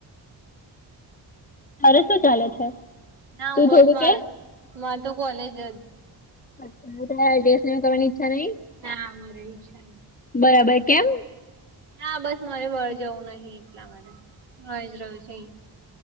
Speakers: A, on the left (about 20°); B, on the right (about 65°).
A: તારે શું ચાલે છે?
B: ના હું
A: તું
B: બસ
A: થોડું
B: માર
A: કે
B: મારે તો કોલેજ જ
A: <unintelligible> કરવા ની ઈચ્છા નહીં.
B: ના મારો ઈચ્છા
A: બરાબર, કેમ?
B: ના બસ મારે બાર જવું નહિ એટલા માટે ઘરે જ રહ્યું છે.